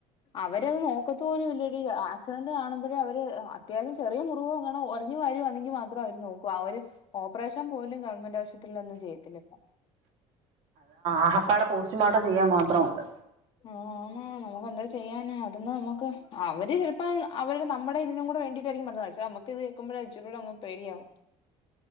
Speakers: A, on the left; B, on the right.
A: അവരത് നോക്കത്ത പോലും ഇല്ലടി ആക്സിഡന്റ് കാണുമ്പോഴേ അവര് അത്യാവശ്യം ചെറിയ മുറിവ് അങ്ങണം ഒറിഞ്ഞു വരുവാണെങ്കിൽ മാത്രം അവര് നോക്കു അവര് ഓപ്പറേഷൻ പോലും ഗവൺമെന്റ് ആശുപത്രിലോന്നും ചെയ്യത്തില്ല പ്പോ
B: ആഹപ്പാട പോസ്റ്റ്മോർട്ടം ചെയ്യാൻ മാത്രം ഉണ്ട്
A: ആഹ് നമുക്ക് എന്താ ചെയ്യാന അതന്ന് നമുക്ക് അവര് ചിലപ്പോ അവര് നമ്മുടെ ഇതിനും കൂടെ വേണ്ടിട്ടായിരിക്കും പറഞ്ഞ നമ്മുക്ക് ഇത് കേക്കുമ്പോഴ ഇച്ചറൂങ്ങ് പേടിയാവും